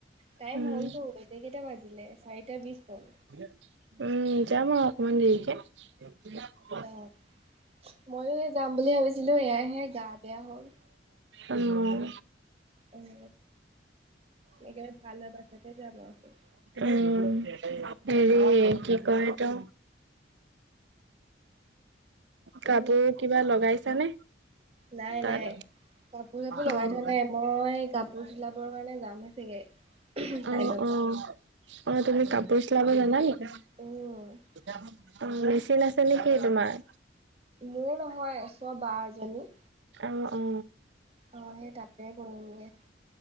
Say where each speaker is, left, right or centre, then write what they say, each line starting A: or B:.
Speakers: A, on the right; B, on the right.
A: টাইম
B: উম
A: হ'লতো এতিয়া কেইটা বাজিলে চাৰিটা বিশ হ'ল।
B: <inaudible> উম যাম আৰু অকমান দেৰিকে। <inaudible>
A: অ', ময়ো যাম বুলি ভাবিছিলোঁ এয়াহে গা বেয়া হ'ল।
B: উম।
A: উম, একেবাৰে ভাল অৱস্থাতে যাম আৰু।
B: উম, হেৰি কি কয় এইটো কাপোৰত
A: উম
B: কিবা লগাইছানে।
A: নাই,
B: তাত?
A: নাই কাপোৰ চাপোৰ লগাই
B: অ',
A: থোৱা নাই মই কাপোৰ চিলাবৰ কাৰণে যামেই চাগে
B: অ',
A: কাইলৈৰ
B: অ'।
A: পৰা।
B: অ', তুমি কাপোৰ চিলাব জানা নেকি?
A: উম
B: মেচিন আছে নেকি তোমাৰ?
A: মোৰ নহয় ওচৰৰ বা এজনীৰ।
B: অ', অ'।
A: অ', সেই তাতে কৰিমগে।